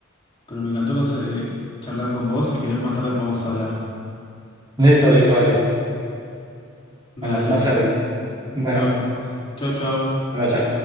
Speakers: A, on the left; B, on the right.
A: pero me encantó conse- eh, charlar con vos. Si querés, más tarde podemos hablar.
B: Listo, listo, dale.
A: Dale,
B: Hablamos más
A: dale.
B: tarde. Bueno,
A: Nos vemos. Chau, chau.
B: bueno, chao.